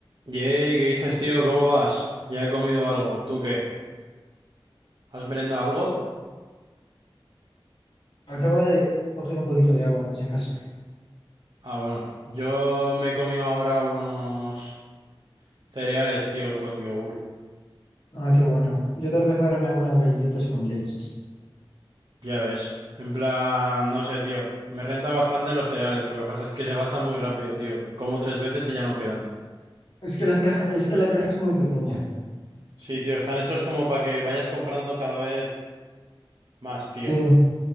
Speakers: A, on the right (about 60°); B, on the left (about 75°).
A: Yey, ¿qué dices, tío? ¿Cómo vas? Ya he comido algo. ¿Tú qué? ¿Has merendado algo?
B: Acabo
A: Me co-
B: de coger un poquito de agua, por si acaso.
A: Ah, bueno. Yo me he comido ahora unos cereales, tío, con yogur.
B: Ah, qué bueno. Yo tal vez ahora me hago unas galletitas con leche.
A: Ya ves. En plan, no sé, tío. Me renta bastante los cereales. Lo que pasa es que se gasta muy rápido, tío. Como tres veces y ya no quedan.
B: Es que las cajas, es que la caja es muy pequeña.
A: Sí, tío. Están hechos como para que vayas comprando cada vez más, tío.
B: Sí,